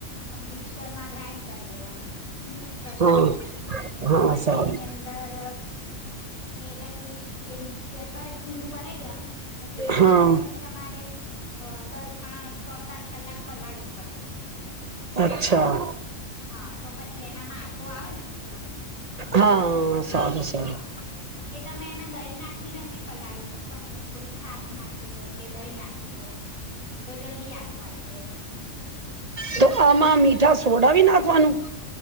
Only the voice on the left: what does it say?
મિક્સર માં ગ્રાાઈન્ડ કરી દેવાનું, મિક્સ કરીને,
પછી
એની અંદર એને ભી એમ જે કરે ખીરું બનાવી દેનું. પછી ખીરા
ને બી તમારે, દસ આ છ સાત કલાક પલાળવું પડે.
હા તો પછી એના માથો આવે ને સરસ,
હા એ તમે એને દહી નાખી નાખીને બી પલાળી શકો અંદર થોડી છાસ નાખી દો કે દહી નાખી દો. તો જલ્દી આ થવાઈ જાય એમ.